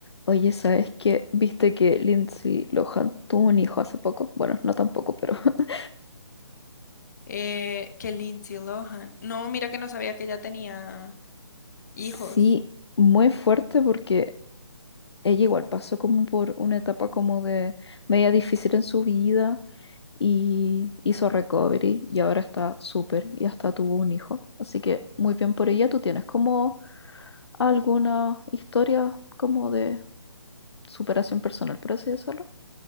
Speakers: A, on the left; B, on the left.
A: Oye, ¿sabes qué? ¿Viste que Lindsay Lohan tuvo un hijo hace poco? Bueno, no tampoco, pero <laughs>
B: eh, que Lindsay Lohan. No, mira que no sabía que ella tenía hijos.
A: sí, muy fuerte porque ella igual pasó como por una etapa como de media difícil en su vida y hizo recovery y ahora está súper y hasta tuvo un hijo. Así que muy bien por ella. ¿Tú tienes como alguna historia como de superación personal, por así decirlo?